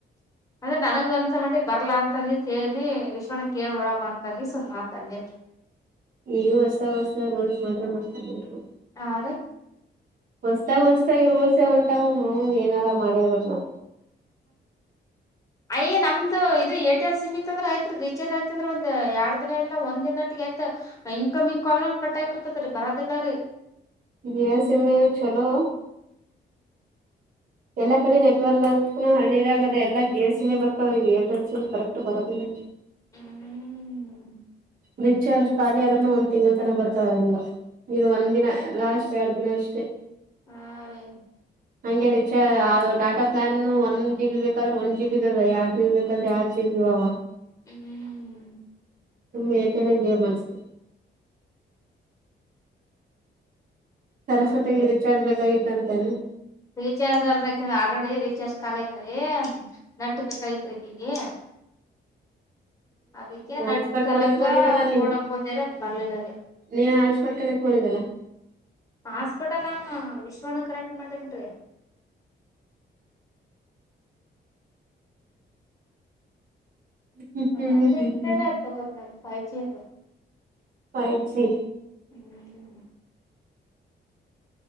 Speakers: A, on the left (about 15°); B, on the right (about 50°).
A: ಅಂದ್ರೆ ನನಗ ಅನ್ಸ್ ಮಟ್ಟಿಗಿ ಬರ್ಲಾ ಅಂತಂದಸ್ ಹೇಳೀನಿ ವಿಶ್ವನ ಕೇಳ ನೋಡಮ್ ಅಂದಿನಿ ಸುಮಾತ ಅಂದಿನಿ.
B: ಈಗ ಹೊಸ್ತಾಗಿ ಹೊಸ್ತಾಗಿ ರೋಲ್ಸ್ ಮಾಡ್ಯಾರ ಮತ್ ಏನ್ ಮಾಡೈರ.
A: ಆರು.
B: ಹೊಸತಾಗಿ ಹೊಸತಾಗಿ ರೂಲ್ಸ್ ಉಂಟಾವ ಹ್ಮ ಏನಾರ ಮಾಡಿರ್ಬೇಕ್ ನಾವು. <inaudible>
A: ಅಯ್ ನಮ್ದ ಇದು ಏರ್ಟೆಲ್ ಸಿಮ ಇತ್ ಅಂದ್ರ ಆಯತ್ ರೀಚಾರ್ಜ್ ಆಯತ ಅಂದ್ರ್ ಒಂದು ಎರಡ್ ದಿನ ಇಲ್ಲ ಒಂದ್ ದಿನ ನಟ್ಟಿಗೆ ಆಯತ. ಇನ್ಕಮಿಂಗ್ ಕಾಲ ಕಟ್ಗಬಿಡ್ತದರಿ ಬರೋದಿಲ್ಲ ರೀ.
B: ಜಿಯೋ ಸೀಮ್ ನು ಚಲೋ. ಎಲ್ಲಾ ಕಡೆ ನೆಟ್ವರ್ಕ್ ಬ ಹಳ್ಳಿದಾಗ ಅದ ಎಲ್ಲ ಜಿಯೂ ಎಸ್ ಸೀಮ್ ಬರ್ತಾವ ಏರ್ಟೆಲ್ ಸೀಮ್ ಕರೆಕ್ಟ್ ಬರೋದಿಲ್ಲ.
A: ಹ್ಮ್
B: ರಿಚಾರ್ಜ್ ಖಾಲಿ ಆದ್ರೂ ಒಂದ್ ತಿಂಗಳ್ ತನಕ ಬರ್ತಾವ ಹಂಗ.. ಇದು ಒಂದ್ ದಿನ ಲಾಸ್ಟ್ ಎರಡ್ ದಿನ ಅಷ್ಟೇ.
A: ಹಾ ರೀ.
B: ಹಂಗೆ ರಿಚಾರ್ಜ್ ಡಾಟಾ ಪ್ಲಾನ್ ಒಂದ ಜಿಬಿ ಬೇಕಾದ್ರೆ ಒಂದ್ ಜಿ ಬಿ ಇದೇ ಎರಡ್ ಜಿಬಿ ಬೇಕದ್ರ ಎರಡ್ ಜಿಬಿ ಇದೇ. ಎರಡ್ ಜಿಬಿ ಅವ.
A: ಹ್ಮ್
B: ನಿಮ್ ಎರ್ಟೆಲ್ ಜಿಯೂ ಮಾಡ್ಸು. ಸರಸ್ವತಿಗೆ
A: ನಮ್ದೇ
B: ರಿಚಾರ್ಜ್ ಬೇಕಾಗಿತ್ತ ಅಂತನೆ
A: ರೀಚಾರ್ಜ್ ಅಲ್ಕ ಆಲರೀಡಿ ರೀಚಾರ್ಜ್ ಕಾಲೀ ಅಕತಿ. ನಟ್ಟ ಬಕಗ್ಕಯತ್ರಿ ಅಕಿಗೆ.
B: <inaudible>
A: ಅದಕ್ಕೆ ನಟ್
B: ಹಾಟ್ಸ್ಪಾಟ್
A: ಸಲಕ
B: ಕನೆಕ್ಟ್ ಮಾಡಿದಲ್ಲ ನೀನ್
A: ನೋಡಕ್ ಹೋದರೆ ಅದ್ ಬರ್ಲಿಲ್ಲ ರೀ.
B: ನೀ ಹಾಸ್ಬಟ್ ಕನೆಕ್ಟ್ ಮಾಡಿದ್ದೆಲಾ.
A: ಹಾಸ್ಬಟ್ ನಾನು ವಿಶ್ವಣ ಕರೆಕ್ಟ್ ಮಾಡೀನ್ ರೀ.
B: ಹ್ಮ್ ಹ್ಮ್
A: ಅನ್ಲಿಮಿಟೆಡ್
B: ಹ್ಮ್ ಹ್ಮ್
A: ತಗೋರಿನ್ ನನ್ನ ಫೈಜಿಬಿ ಅದು.
B: Five GB.
A: ಹ್ಮ್